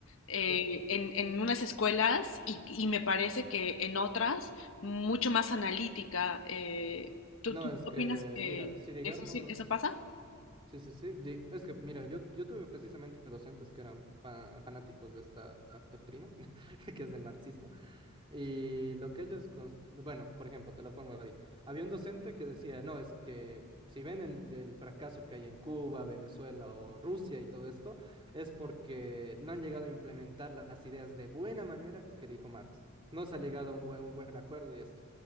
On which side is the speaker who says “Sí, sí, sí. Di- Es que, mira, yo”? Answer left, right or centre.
Right